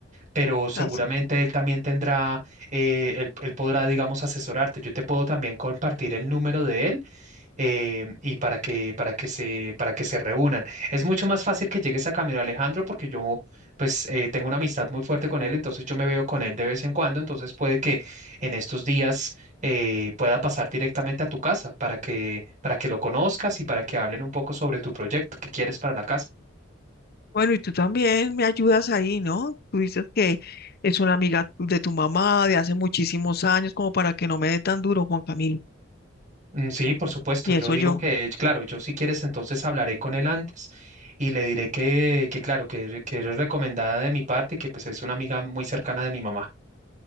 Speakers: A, on the right; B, on the left.
A: pero seguramente
B: Gracias.
A: él también tendrá, eh, él, él podrá, digamos, asesorarte. Yo te puedo también compartir el número de él eh, y para que, para que se, para que se reúnan. Es mucho más fácil que llegues a Camilo Alejandro porque yo, pues, eh, tengo una amistad muy fuerte con él, entonces yo me veo con él de vez en cuando, entonces puede que en estos días eh, pueda pasar directamente a tu casa para que, para que lo conozcas y para que hablen un poco sobre tu proyecto que quieres para la casa.
B: Bueno, y tú también me ayudas ahí, ¿no? Tú dices que es una amiga de tu mamá de hace muchísimos años, como para que no me dé tan duro, Juan Camilo,
A: Mm, Sí, por supuesto.
B: pienso
A: Yo digo
B: yo.
A: que, claro, yo si quieres, entonces hablaré con él antes y le diré que, que claro, que, que eres recomendada de mi parte y que pues es una amiga muy cercana de mi mamá.